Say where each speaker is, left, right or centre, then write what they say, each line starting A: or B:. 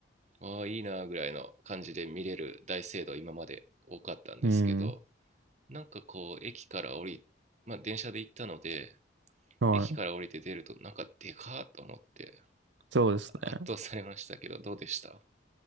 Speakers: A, on the right (about 40°); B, on the right (about 75°).
A: ああ、いいなーぐらいの感じで見れる大聖堂今まで多かったんですけど、
B: い。うん。
A: なんかこう駅から降りまあ電車で行ったので
B: はい。
A: 駅から降りて出るとなんかでかーと思って
B: そうですね。
A: 圧倒されましたけどどうでした